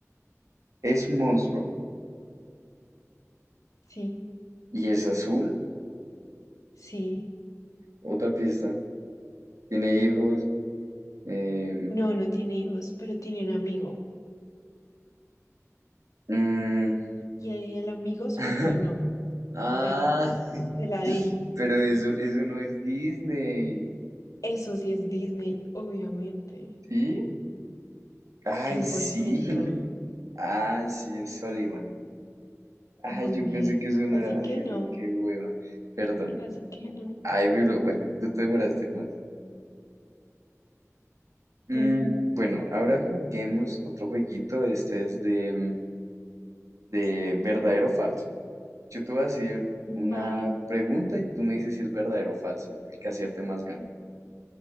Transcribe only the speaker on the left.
Sí,
sí.
No, no tiene hijos, pero tiene un amigo.
Y el amigo solo
tiene un ojo.
Ya, te la
di.
Eso sí es Disney, obviamente.
cien
por ciento,
Muy
bien.
Casi
que
no.
Casi que no.
Mm,
Vale.